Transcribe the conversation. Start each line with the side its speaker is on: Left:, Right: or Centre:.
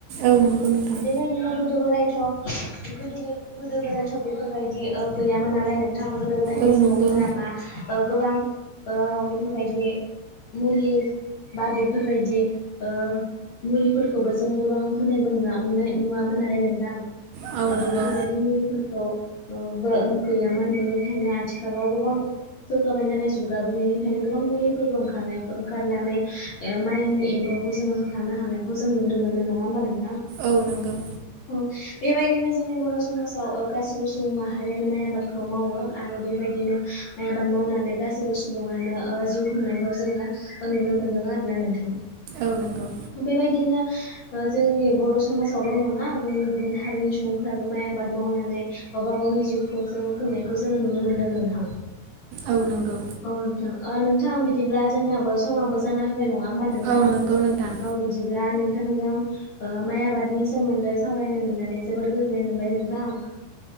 Right: औ नंगौ नोंथां।
Left: बिदिनो गोदो गोदायथ' गोदो गोदो गोदो गोदायथ' बेफोरबायदि गैयामोन नालाय नोंथां गोदो गोदायनि
Right: औ
Left: सुबुंफोरा
Right: नंगौ
Left: मा ओ गोबां ओ बेफोरबायदि मुलि बा बेफोरबायदि ओ मुलिफोरखौबो जोङो गोबां होनायबो <unintelligible> नुवामोन नालाय नोंथां।
Right: औ
Left: ओ
Right: नंगौ
Left: बेफोरबायदि मुलिफोरखौ बो ओ गैयामोन बेनिखायनो आथिखालाव गोबां जौगाबाय नालाय जुगाबो बेनिखायनो गोबां मुलिफोरबो ओंखार ओंखारनानै माइनि एम्फौ खौ जों होखार हानायखौ जों नुनो मोनो नङा होमबा नों
Right: औ नंगौ
Left: औ बेबायदिनो जोंनि बर' समाजाव ओ गासिबो सुबुं माहारियानो माइ आबादखौ मावो आरो बेबायदिनो माइ आबाद मावनानै गासैबो सुबुङानो ओ जिउ खुंनायखौ जोङो ओ नुनो मोन दों आरोना नोंथां
Right: औ नंगौ
Left: बेबायदिनो ओ जोंनि बर' समाज आवल' नङा जोंनि गुबुन हारिनि सुबुंफोराबो माइ आबाद मावनानै गावबा गावनि जिउखौ जोङो बुंनायखौ खौ जोङो नुनो मोनदों नोंथां।
Right: औ नंगौ
Left: औ नोंथां ओ नोंथां बिदिब्ला जोंनाबो समाबो जाना नङा होमबा नोंथां
Right: औ नंगौ नोंथां
Left: औ बिदिल्बा नोंथांजों ओ माइ आबादनि सोमोन्दै सावरायनो मोननानै जोबोर गोजोननाय मोनबाय नोंथां ओ